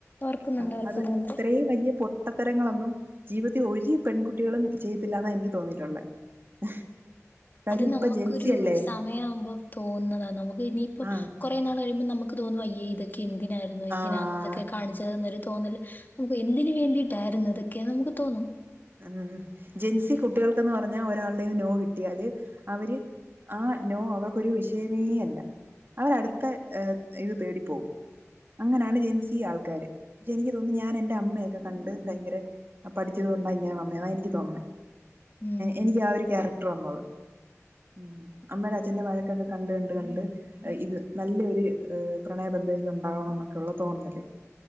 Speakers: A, on the left (about 40°); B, on the right (about 45°).
A: ഓർക്കുന്നുണ്ട്
B: ആ
A: ഓർക്കുന്നുണ്ട്
B: അത് ഇത്രയും വലിയ പൊ പൊട്ടത്തരങ്ങളൊന്നും ജീവിതൽ ഒരീ പെൺകുട്ടികളും ചെയ്ത്തില്ലന്ന് എനിക്ക് തോന്നിയിട്ടുള്ളേ <unintelligible>
A: അത് നമ്മക്കൊരു
B: ഇപ്പൊ ജെൻസി അല്ലേ
A: സമയവുമ്പോ തോന്നുന്നതാണ് നമുക്ക് ഇനിയിപ്പോ
B: ആ
A: കൊറെനാൾ കഴിയുമ്പേ നമ്മക്ക് നമുക്ക് തോന്നും അയ്യ ഇതൊക്കെ എന്തിനായിരുന്നു എന്തിനാണ്
B: ആ
A: ഇതൊക്കെ കാണിചെത് എന്നരു തോന്നൽ നമുക്ക് എന്തിന് വേണ്ടിട്ടായിരുന്നു ഇതൊക്കെയന്ന് നമുക്ക് തോന്നും
B: മം ജെൻസി കുട്ടികൾക്കന്ന് പറഞ്ഞാൽ ഒരാളുടെയും നോ കിട്ടിയാല് അവര് ആ നോ അവക്കൊരു വിഷയമേ അല്ല അവരടുത്തെ ഏ ഇത് തേടിപ്പോകും അങ്ങനെയാണ് ജെൻസി ആൾക്കാര് പക്ഷെ എനിക്ക് തോന്നുന്നു ഞാൻ എന്റ അമ്മയൊക്കെ കണ്ട് ഭയങ്കര പഠിച്ചത്കൊണ്ട് ഇങ്ങനെ വന്നേ എനിക്ക് തോന്നുന്നെ
A: ഉം.
B: എനിക്ക് ആ ഒരു ക്യാരക്ടർ വന്നത് മം അമ്മടെ അച്ഛന്റെ വഴക്കൊക്കെ കണ്ട് കണ്ട് കണ്ട് ഇത് നല്ലൊരു ഹ് പ്രണയ എന്തേലും ഉണ്ടാവണം എന്നൊക്കെ ഉള്ള തോന്നല്